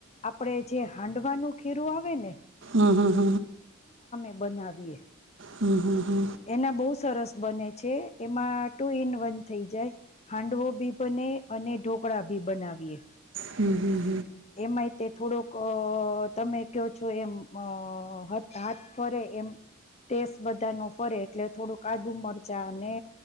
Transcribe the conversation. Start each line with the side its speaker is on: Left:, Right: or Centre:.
Left: આપણે જે હાંડવાનું ખીરું આવે ને
Right: અહહહ
Left: બનાવીયે.
Right: હમ હમ હ.
Left: એના બઉ સરસ બને છે, એમાં ટુ ઇન વન થઈ જાય. હાંડવો બી બને અને ઢોકળા ભી બનાવીએ
Right: હમ હમ.
Left: <inaudible> એમાંય તે થોડોક અ તમે કયો છો એમ અ હાથ ફરે એમ ટેસ્ટ બધા નો ફરે એટલે થોડુક આદુ મરચાં ને.